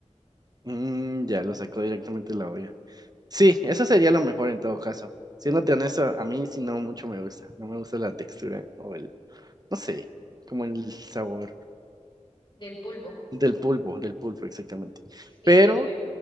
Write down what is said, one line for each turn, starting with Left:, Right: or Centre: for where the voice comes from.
Right: Mm, ya lo sacó directamente de la olla. Sí, eso sería lo mejor en todo caso. Siéndote honesto, a mí sí no mucho me gusta. No me gusta la textura o el, no sé, como el sabor
Left: del pulpo.
Right: del pulpo, del pulpo exactamente.
Left: Sí,
Right: Pero,
Left: tiene una...